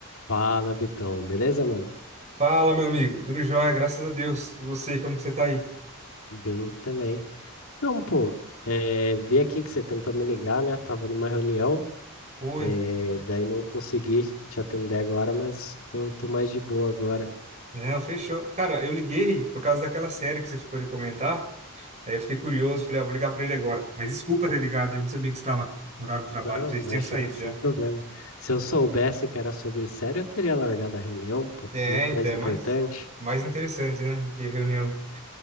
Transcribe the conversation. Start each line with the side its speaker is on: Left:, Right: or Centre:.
Left: Fala, Vitão. Beleza, mano?
Right: Fala, meu amigo. Tudo jóia, graças a Deus. E você, como que você tá aí?
Left: Bem também. Então, pô, é, vi aqui que você tentou me ligar, né? Tava numa reunião,
Right: Oi.
Left: é, daí não consegui te atender agora, mas tô, tô mais de boa agora.
Right: Não, fechou. Cara, eu liguei por causa daquela série que você ficou de comentar. Aí eu fiquei curioso, falei, ah, vou ligar pra ele agora. Mas desculpa ter ligado, eu não sabia que você estava no horário do trabalho,
Left: Não,
Right: pensei
Left: imagina,
Right: que você tinha saído
Left: sem
Right: já.
Left: problema. Se eu soubesse que era sobre sério, eu teria largado a reunião, pô,
Right: É,
Left: muito
Right: então,
Left: mais
Right: é
Left: importante.
Right: mais, mais interessante, né, do que reunião.